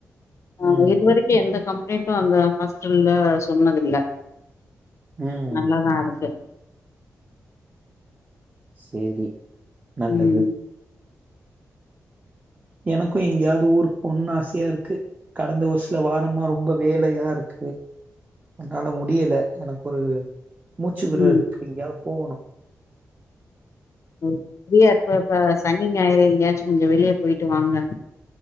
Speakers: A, on the left; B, on the right.
A: ஆ
B: ம்,
A: இது வரைக்கூ எந்தக் கம்ப்ளைண்ட்டூ அந்த ஹாஸ்பிட்டல்ல சொன்னதில்ல
B: ம்.
A: நல்லாதா இருக்கு
B: செரி நல்லது
A: ம்
B: எனக்கூ எங்கயாவ்து ஊருக்கு போணூன் ஆசையா இருக்கு கடந்த வர்ஷ் ல வாரமா ரொம்ப வேலையாருக்கு அத்னால முடியல எனக்கு ஒரு மூச்சு விடுறதுக்கு
A: ம்
B: எங்கயாவ்து போவணூ
A: ஃபிரியா இருப்ப இப்ப சனி ஞாயிறு எங்கயாச்சும் கொஞ்சம் வெளியே போயிட்டு வாங்க